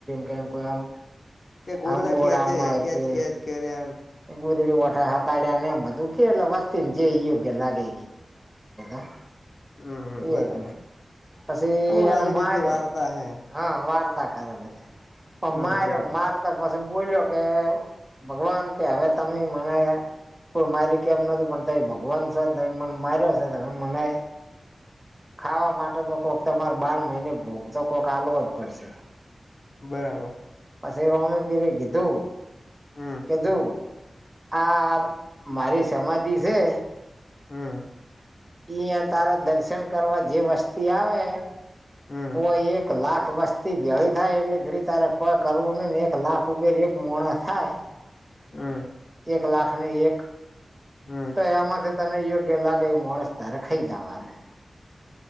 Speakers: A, on the right; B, on the left.
A: કે કોમ
B: કે ગોદડા
A: આમ બોડા
B: ખેંચે
A: અ
B: ખેંચ
A: કે
B: ખેંચ કર્યા
A: ગોદડી વઠા હ હતાડ્યા ને એમ બધું કે એટલે વસ્તી ને જે યોગ્ય લાગે <unintelligible>
B: હમ હમ
A: એ
B: બરાબર
A: પછી
B: અમૂલ
A: એને
B: આવી
A: માર્યો
B: રીતની વાર્તા હે
A: હ વાર્ પણ
B: હમ
A: માર્યો
B: બરાબર
A: માર તો પછી બોલ્યો કે ભગવાન કે હવે તમે મને કોઈ મારી કેમ નતું પણ ત ભગવાન છેો તમે મને માર્યો છે તમે મને ખાવા માટે તો કોઈક તમારે બાર મહિને ભોગ તો કોઈક આાલવો જ પડશે
B: બરાબર
A: પછી રોમે પીરે કીધું
B: હમ
A: કેધું આ મારી સમાધિ છે
B: હમ
A: ઈં તારા દર્શન કરવા જે વસ્તી આવે.
B: હમ
A: ઓ એક લાખ વસ્તી ગળી થાય એટલે ઘડી તારે કોઈ કરવું નહી ને એક લાખેર. મોણા થાય.
B: હમ્મ.
A: એક લાખ ને એક
B: હમ
A: તો એમાંથી તને યોગ્ય લાગે માણસ તારે ખાઈ જવાનું.